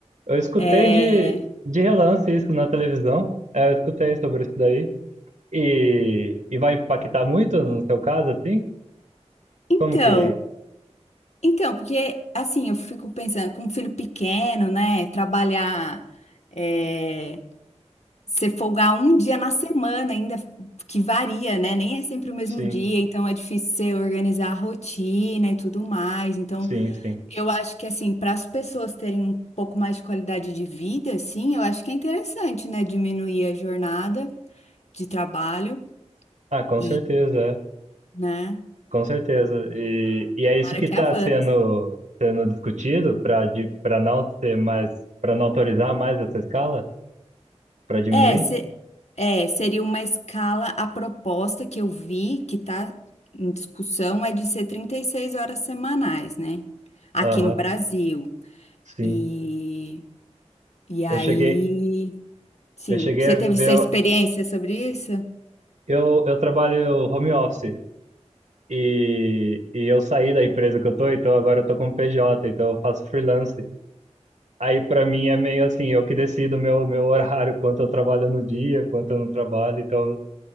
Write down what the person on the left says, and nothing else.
É,
Então,
Então, porque assim, eu fico pensando, com um filho pequeno, né? Trabalhar, é, você folgar um dia na semana, ainda que varia, né? Nem é sempre o mesmo
dia, então é difícil você organizar a rotina e tudo mais. Então,
eu acho que assim, para as pessoas terem um pouco mais de qualidade de vida, assim, eu acho que é interessante, né? Diminuir a jornada de trabalho
e,
né?
Para
que
avance.
É, se- é, seria uma escala. A proposta que eu vi, que está em discussão, é de ser 36 horas semanais, né? Aqui
no Brasil.
E, e aí,
sim.
Você
teve sua experiência sobre isso?